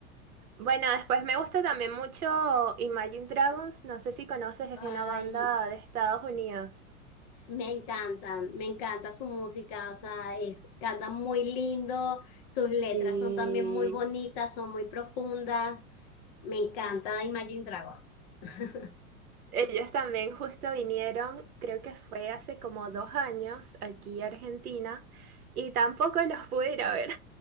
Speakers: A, on the right; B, on the left.
A: Bueno, después me gusta también mucho Imagine Dragons, no sé si conoces, es
B: Ay,
A: una banda de Estados Unidos.
B: Me encantan, me encanta su música, o sea, es, canta muy lindo, sus letras
A: Sí.
B: son también muy bonitas, son muy profundas, me encanta Imagine Dragons. <laughs>
A: Ellos también justo vinieron, creo que fue hace como dos años aquí a Argentina y tampoco los pude ir a ver,